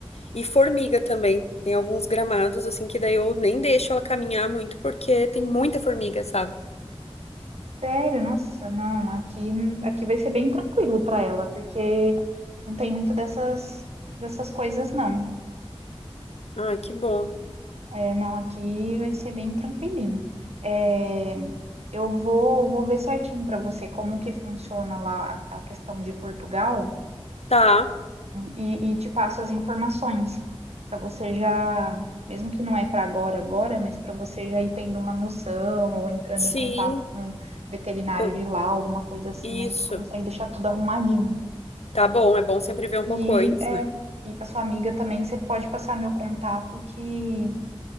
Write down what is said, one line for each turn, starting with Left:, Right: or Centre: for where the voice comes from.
Left: E formiga também. Tem alguns gramados, assim, que daí eu nem deixo ela caminhar muito, porque tem muita formiga, sabe?
Right: Sério, nossa, não. Aqui, aqui vai ser bem tranquilo para ela, porque não tem muito dessas, dessas coisas, não.
Left: Ah, que bom.
Right: É, não, aqui vai ser bem tranquilinho. É, eu vou, vou ver certinho para você como que funciona lá a, a questão de Portugal.
Left: Tá,
Right: e, e te passo as informações para você já, mesmo que não é para agora, agora, mas para você já ir tendo uma noção ou entrando
Left: sim.
Right: em contato com um veterinário
Left: Hum,
Right: de lá, alguma coisa assim,
Left: Isso.
Right: aí você consegue deixar tudo arrumadinho.
Left: Tá bom, é bom sempre ver um pouco
Right: E
Left: antes,
Right: é,
Left: né?
Right: e para sua amiga também, você pode passar meu contato que,